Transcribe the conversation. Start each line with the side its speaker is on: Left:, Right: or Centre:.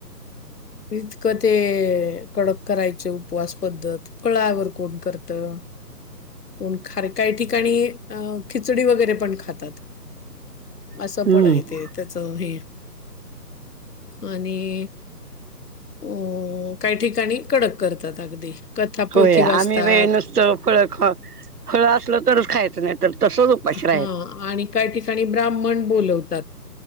Left: इतकं ते कडक करायचं उपवास पद्धत पळावर कोण करतं प ख काही ठिकाणी अ खिचडी वगैरे पण खातात असं
Right: हम्म
Left: पण आहे ते त्याच हे आणि अ काही ठिकाणी कडक करतात अगदी कथा
Right: होय
Left: पोथी
Right: आम्ही
Left: वाचतात.
Right: बाई नुसतं फळं खा फळ असलं तरच खायचं नाही तर तसंच उपाशी
Left: हा
Right: राहायचं.
Left: आणि काही ठिकाणी ब्राह्मण बोलवतात